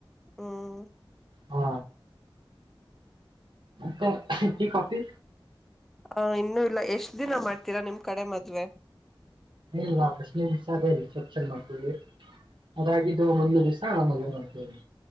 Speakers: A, in the centre; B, on the right.
A: ಹ್ಮ್.
B: ಹಾ. ಮತ್ತೆ ಟಿ ಕಾಫಿ
A: ಹ ಇನ್ನು ಇಲ್ಲ ಎಷ್ಟ ದಿನ ಮಾಡ್ತೀರಾ ನಿಮ್ ಕಡೆ ಮದ್ವೆ
B: ಇಲ್ಲ ಫರ್ಸ್ಟ್ನೇ ದಿಸನೆ ಅದೇ ರೀ ಚನ್ ಮಾಡ್ತೀವಿ ಅದಾಗಿದ್ದು ಒಂದ್ ದಿವ್ಸ ಮದುವೆ ಮಾಡ್ತವಿ.